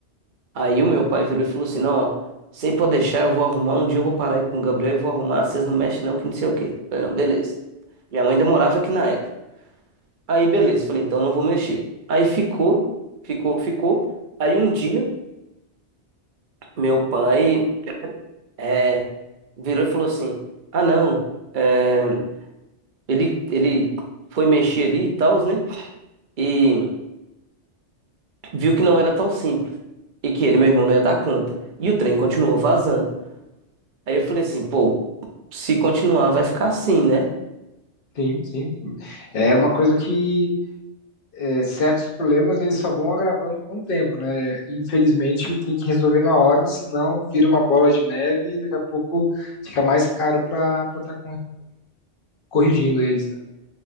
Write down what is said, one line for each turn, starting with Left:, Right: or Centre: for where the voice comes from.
Right: Aí o meu pai virou e falou assim: Não, ó, sei pode deixar, eu vou arrumar. Um dia eu vou parar aí com o Gabriel e vou arrumar. Vocês não mexem, não, que não sei o quê. Eu falei: Não, beleza. Minha mãe ainda morava aqui na época. Aí, beleza. Falei: Então não vou mexer. Aí ficou, ficou, ficou. Aí um dia, meu pai é, virou e falou assim: Ah, não, é, ele, ele foi mexer ali e tal, né? E viu que não era tão simples. e que ele, meu irmão, não ia dar conta. E o trem continuou vazando. Aí eu falei assim, pô, se continuar vai ficar assim, né?
Left: Sim, sim. É uma coisa que é, certos problemas eles só vão agravando com o tempo, né? Infelizmente tem que resolver na hora, senão vira uma bola de neve e daqui a pouco fica mais caro para para estar corrigindo eles, né?